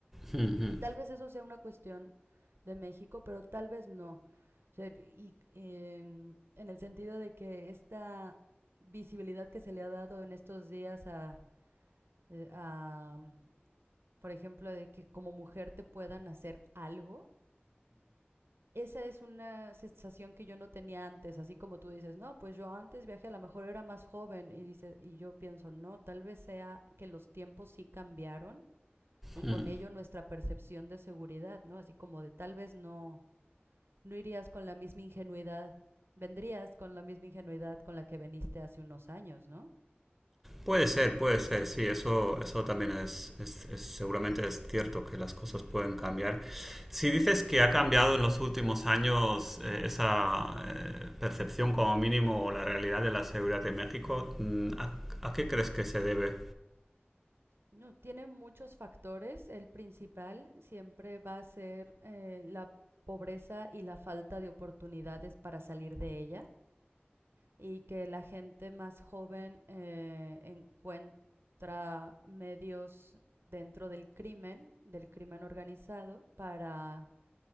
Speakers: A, in the centre; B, on the right.
A: ujú,
B: Y tal vez eso sea una cuestión de México, pero tal vez no. O sea, y en, en el sentido de que esta visibilidad que se le ha dado en estos días a, eh, a, por ejemplo, de que como mujer te puedan hacer algo, esa es una sensación que yo no tenía antes, así como tú dices, no, pues yo antes viajé, a lo mejor era más joven, y, dice, y yo pienso, no, tal vez sea que los tiempos sí cambiaron y con
A: ujú.
B: ello nuestra percepción de seguridad, ¿no? Así como de tal vez no, no irías con la misma ingenuidad, vendrías con la misma ingenuidad con la que veniste hace unos años, ¿no?
A: Puede ser, puede ser, sí, eso, eso también es, es- es- seguramente es cierto que las cosas pueden cambiar. Si dices que ha cambiado en los últimos años eh, esa eh, percepción como mínimo o la realidad de la seguridad en México, mm, ¿a, a qué crees que se debe?
B: No, tiene muchos factores. El principal siempre va a ser eh, la pobreza y la falta de oportunidades para salir de ella y que la gente más joven eh, encuentra medios dentro del crimen, del crimen organizado, para